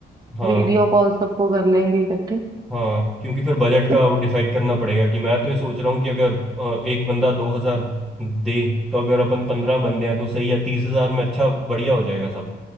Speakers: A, in the centre; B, on the right.
A: हाँ
B: वीडियो कॉल सबको कर लेंगे इकट्ठे ठीक
A: हाँ क्योंकि फिर बजट
B: है?
A: का वो डिसाइड करना पड़ेगा कि मैं तो ये सोच रहा हूँ कि अगर अ, एक बंदा दो हजार दे तो अगर अपन पंद्रह बंदे हैं तो सही है तीस हजार में अच्छा बढ़िया हो जाएगा सब